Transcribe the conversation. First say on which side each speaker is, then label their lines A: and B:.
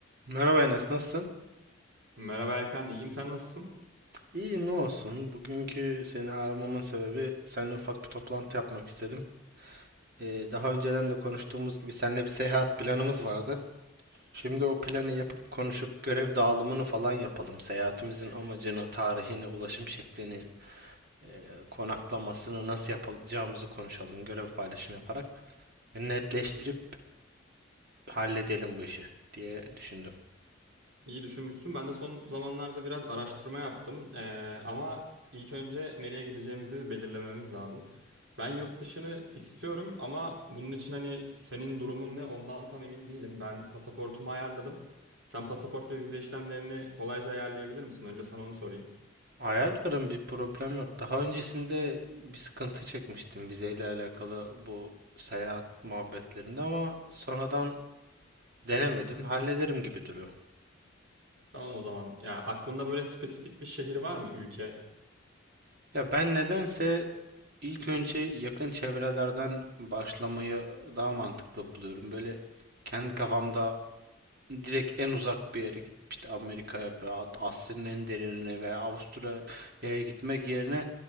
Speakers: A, on the right; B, on the right.
A: Merhaba Enes, nasılsın?
B: Merhaba Erkan, iyiyim. Sen nasılsın?
A: İyi, ne olsun. Bugünkü seni aramamın sebebi seninle ufak bir toplantı yapmak istedim. Ee, daha önceden de konuştuğumuz gibi seninle bir seyahat planımız vardı. Şimdi o planı yapıp konuşup görev dağılımını falan yapalım. Seyahatimizin amacını, tarihini, ulaşım şeklini, e, konaklamasını nasıl yapacağımızı konuşalım. Görev paylaşımı yaparak netleştirip halledelim bu işi diye düşündüm.
B: İyi düşünmüşsün. Ben de son zamanlarda biraz araştırma yaptım. Ee, ama ilk önce nereye gideceğimizi bir belirlememiz lazım. Ben yurt dışını istiyorum ama bunun için hani senin durumun ne ondan tam emin değilim. Ben pasaportumu ayarladım. Sen pasaport ve vize işlemlerini kolayca ayarlayabilir misin? Önce sana onu sorayım.
A: Ayarlarım bir problem yok. Daha öncesinde bir sıkıntı çekmiştim vizeyle alakalı bu seyahat muhabbetlerinde ama sonradan denemedim. Hallederim gibi duruyor.
B: Tamam o zaman. Ya aklında böyle spesifik bir şehir var mı? Ülke.
A: Ya ben nedense ilk önce yakın çevrelerden başlamayı daha mantıklı buluyorum. Böyle kendi kafamda direkt en uzak bir yere gidip işte Amerika'ya veya Asya'nın en derinine veya Avustralya'ya gitmek yerine